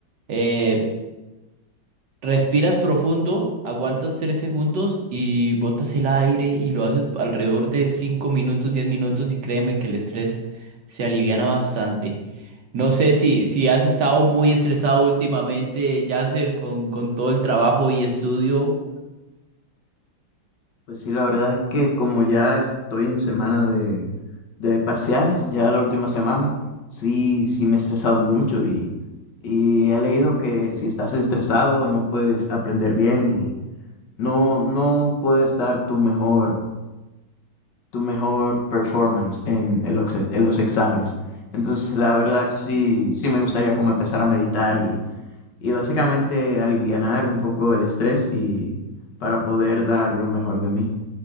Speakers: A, on the right (about 65°); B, on the left (about 65°).
A: eh, Respiras profundo, aguantas tres segundos y botas el aire y lo haces alrededor de cinco minutos, diez minutos y créeme que el estrés se aliviana bastante. No sé si, si has estado muy estresado últimamente, Yasser, con, con todo el trabajo y estudio.
B: Pues sí, la verdad es que como ya estoy en semana de, de parciales, ya la última semana, sí, sí me he estresado mucho y, y he leído que si estás estresado no puedes aprender bien y no, no puedes dar tu mejor, tu mejor performance en, en los, ex- en los exámenes. Entonces, la verdad, sí, sí me gustaría como empezar a meditar y, y básicamente alivianar un poco el estrés y para poder dar lo mejor de mí.